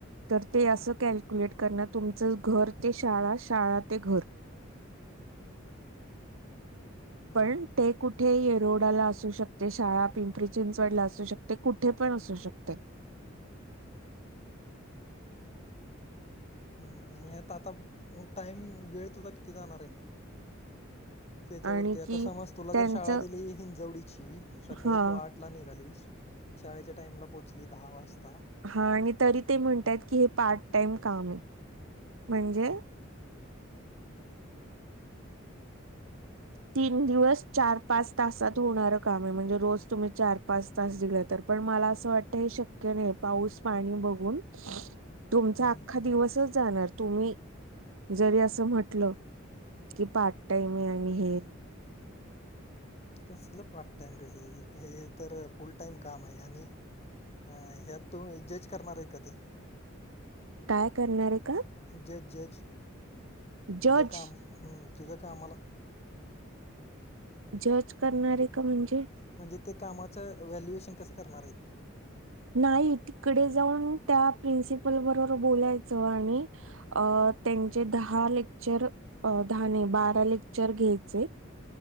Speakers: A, on the right; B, on the left.
A: तर ते असं कॅल्क्युलेट करण तुमचं घर ते शाळा शाळा ते घर
B: हम्म
A: पण ट कुठे ये रोडाला असू शकते शाळा पिंपरी चिंचवडला असू शकते कुठे पण असू शकते
B: हम्मता आता टाईम वेळ तुझा किती जाणार आहे त्याच्यावरती
A: आणि
B: आता
A: कि
B: समज तुला
A: त्यांचं
B: जर शाळा दिली हिंजवडीची सकाळी
A: हा
B: तू आठ ला निघालीस शाळेच्या टाइमला पोहोचली दहा वाजता
A: हा आणि तरी ते म्हणतय की हे पार्ट टाइम काम आहे म्हणजे तीन दिवस चार पाच तासात होणार काम आहे म्हणजे रोज तुम्ही चार पाच तास दिला तर पण मला असं वाटत हे शक्य नाही पाऊस पाणी बघून तुमचा
B: हम्म
A: अख्खा
B: हम्म
A: दिवसच जाणार तुम्ही जरी असं म्हटलं की पार्ट टाईम आहे आणि हे
B: कसलं पार्ट टाइम रे हे तर फुल टाइम काम आहे आणि अ ह्यात तू जज करणार आहेत का ते
A: काय करणार आहे का
B: जज जज तुझ
A: जज
B: काम तुझ्या कामाला
A: जज करणारय का म्हणजे
B: म्हणजे ते कामाच व्हॅल्युएशन कसं करणार आहेत
A: नाही तिकडे जाऊन त्या प्रिन्सिपल बरोबर बोलायचं आणि त्यांचे दहा लेक्चर अ दहा नाय बारा लेक्चर घ्यायचे